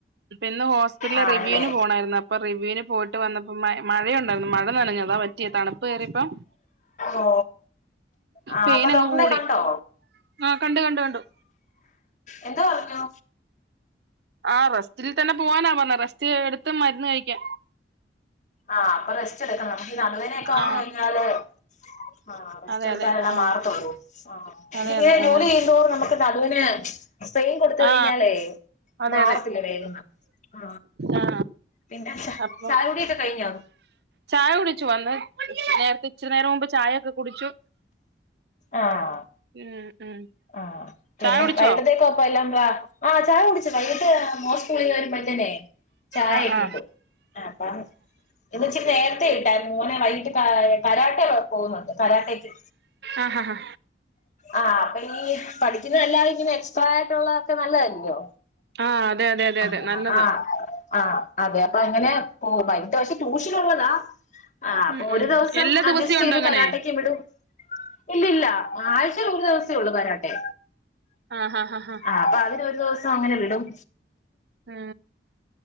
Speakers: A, on the right; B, on the left.
A: ഇപ്പൊ ഇന്ന് ഹോസ്പിറ്റലിലെ
B: ആഹ് ആണല്ലേ
A: റിവ്യൂന് പോണയിരുന്നു. അ അ പ്പൊ റിവ്യൂവിന് പോയിട്ട് വന്നപ്പോ മ മഴയുണ്ടായിരുന്നു. മഴ നനഞ്ഞതാ പറ്റിയ തണുപ്പ് കേറിയിപ്പോ
B: ഓ. ആ,
A: പെയിൻ
B: അപ്പൊ
A: അങ്ങ്
B: ഡോക്ടറിനെ
A: കൂടി
B: കണ്ടോ?
A: ആഹ് കണ്ടു കണ്ടു കണ്ടു
B: എന്തോ പറഞ്ഞു?
A: ആ, റസ്റ്റിൽ തന്നെ പോവാനാ പറഞ്ഞ റസ്റ്റ് എടുത്ത് മരുന്ന് കഴിക്ക
B: ആ, അപ്പൊ റെസ്റ്റ് എടുക്കണം. നമുക്ക് ഈ നടുവേദനൊക്കെ വന്ന്
A: ആ
B: കഴിഞ്ഞാല് ആ, റസ്റ്റ്
A: അതെ
B: എടുത്താലല്ല
A: അതെ ആ
B: മാറത്തോള്ളൂ.
A: അതെ
B: ഇങ്ങനെ
A: അതെ
B: ജോലിയ്യന്തോർ
A: ആ
B: നമുക്ക് നടുവിന് പെയിൻ കൊടുത്ത കഴിഞ്ഞാലേ
A: ആ അതെ
B: മാറത്തില്ല
A: അതെ
B: വേദന. ആ,
A: ആ
B: പിന്നെ
A: അപ്പം
B: ചായകുടി കഴിഞ്ഞോ?
A: ചായ കുടിച്ചു വന്ന് നേരത്തെ ഇച്ചിരി നേരം മുമ്പ് ചായൊക്കെ കുടിച്ചു.
B: ആഹ്
A: ഉം ഉം
B: ആഹ് പിന്നെ
A: ചായ കുടിച്ചോ
B: വൈകിട്ടത്തേക്കപ്പല്ലാം പ്രാ ആഹ് ചായ കുടിച്ചു വൈകിട്ട് മോൻ സ്കൂളന്ന് വരുമ്പോഴത്തിൻ ചായക്കെടു
A: ആ ആ
B: ആ അപ്പം- ഇന്ന്ച്ചി നേരത്തെ ഇട്ടാര്ന്നു മോനെ വൈകിട്ട് കരാട്ടെ പോകുന്നുണ്ട് കരാട്ടേക്ക്.
A: ആഹ് ഹാ ഹാ
B: ആഹ് അപ്പൊനി ഈ പഠിക്കുന്നതല്ലാത പിന്നെ എക്സ്ട്രാ ആയിട്ടുള്ളതൊക്കെ നല്ലതല്ലോ?
A: ആ അതെ അതെ അതെ
B: ആഹ്
A: അതെ നല്ലതാ
B: ആഹ് ആഹ് അതെ അപ്പൊങ്ങനെ പോവും ബയ്ട്ടഷ ട്യൂഷനുള്ളതാ അ അപ്പൊ
A: ഉം
B: ഒരു
A: ഉം
B: ദിവസം
A: എല്ലാ
B: അഡ്ജസ്റ്റ്
A: ദിവസവും ഉണ്ടോ
B: ചെയ്ത്
A: അങ്ങനെ
B: കരാട്ടക്ക് വിടും. ഇല്ലല്ല ആഴ്ചൽ ഒരു ദിവസേ ഉള്ളു കരട്ടെ.
A: ആ ആ ആ ആ
B: ആഹ് അപ്പൊ അതിനരു ദിവസം അങ്ങനെ വിടും.
A: മ്